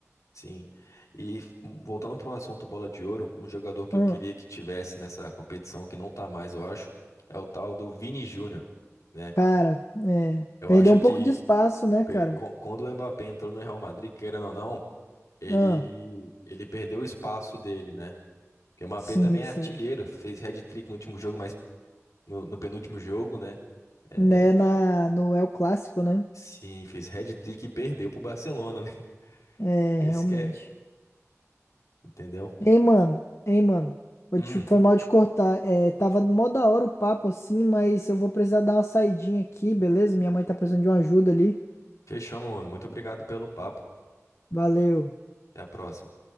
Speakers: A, on the left (about 85°); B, on the left (about 60°).
A: Sim. E hum, voltando para o assunto bola de ouro, um jogador que
B: Ah,
A: eu queria que tivesse nessa competição, que não tá mais, eu acho, é o tal do Vini Júnior, né?
B: cara, é,
A: Eu
B: perdeu
A: acho
B: um
A: que
B: pouco de espaço, né,
A: per-
B: cara?
A: quan- quando o Mbappé entrou no Real Madrid, querendo ou não, Ele,
B: Ah,
A: ele perdeu o espaço dele, né? Porque o Mbappé
B: sim,
A: também
B: isso,
A: é artilheiro, fez hat-trick no último jogo, mas no, no penúltimo jogo, né? É,
B: né, na, no El Clássico, né?
A: sim, fez hat-trick e perdeu pro Barcelona, né? <laughs>
B: É,
A: Esse
B: realmente.
A: que é, entendeu?
B: Ei, mano, ei, mano. Vou
A: Hum,
B: te- Foi mal de cortar. É, tava mó da hora o papo assim, mas eu vou precisar dar uma saidinha aqui, beleza? Minha mãe tá precisando de uma ajuda ali.
A: fechou, meu mano. Muito obrigado pelo papo.
B: Valeu.
A: Até a próxima.